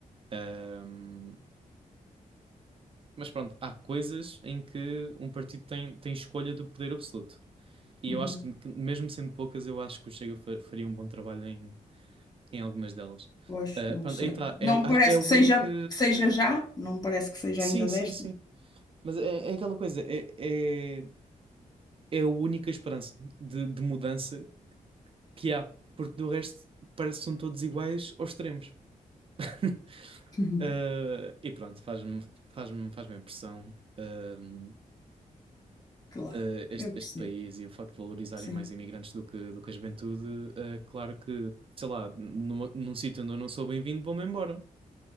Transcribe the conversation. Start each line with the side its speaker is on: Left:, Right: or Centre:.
Right: Ahm, mas pronto, há coisas em que um partido tem, tem escolha do poder absoluto. E
Left: Uhum.
Right: eu acho que, que mesmo sendo poucas, eu acho que o Chega fa- faria um bom trabalho em, em algumas delas.
Left: Pois,
Right: Ah,
Left: não
Right: pronto,
Left: sei.
Right: aí está. É,
Left: Não
Right: o-
Left: me
Right: acho-
Left: parece
Right: é a única.
Left: que seja, que seja já, não me parece que seja
Right: Sim,
Left: ainda
Right: sim,
Left: desta.
Right: sim. Mas é, é aquela coisa, é, é, é a única esperança de, de mudança que há, porque do resto parece que são todos iguais aos extremos. <laughs>
Left: Uhum.
Right: Ah, e pronto, faz-me faz-me faz-me impressão ahm,
Left: Claro,
Right: ah, este,
Left: eu percebo.
Right: este país e o facto de valorizarem
Left: Sim,
Right: mais imigrantes do que, do que a juventude. ah, claro que, sei lá, numa- num sítio onde eu não sou bem-vindo, vou-me embora.